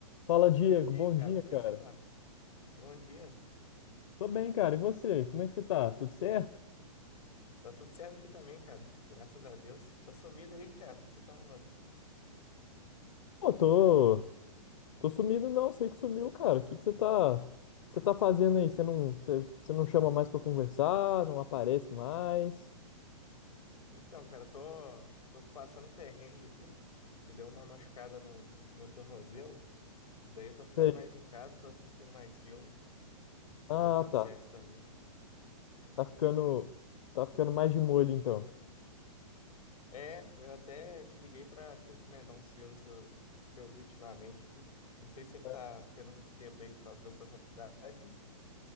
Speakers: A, on the left; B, on the left.
A: Fala, Diego.
B: E
A: Bom
B: aí, cara,
A: dia,
B: como
A: cara.
B: é que você tá? Bom dia.
A: Tô bem, cara. E você? Como é que você tá? Tudo certo?
B: Tá tudo certo aqui também, cara. Graças a Deus. Tá sumido aí, cara. O que Você tá arrumando?
A: Pô, tô, tô sumido não. Sei que sumiu, cara. O que que você tá, você tá fazendo aí? Você não, você, você não chama mais pra conversar, não aparece mais.
B: Então, cara, eu tô, tô passando um perrengue aqui, que deu uma machucada no, no meu tornozelo. Daí eu tô ficando
A: Sei.
B: mais em casa, tô assistindo mais filme,
A: Ah,
B: vendo umas
A: tá.
B: séries também.
A: Tá ficando, tá ficando mais de molho então.
B: É, eu até te liguei pra te recomendar uns filmes que eu, que eu vi ultimamente aqui. Não sei se você tá
A: É.
B: tendo muito tempo aí por causa da sua faculdade, né?